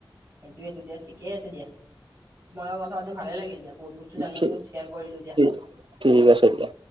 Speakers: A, on the right (about 25°); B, on the right (about 75°).
A: সেইটোৱেটো ডে ঠিকে আছে দিয়া, তোমাৰ লগত কথা পাতিম ভালে লাগিল দিয়া বহুত বস্তু
B: <unintelligible>
A: জানিলো শ্বেয়াৰ কৰিলো দিয়া
B: ঠিক আছে দিয়া।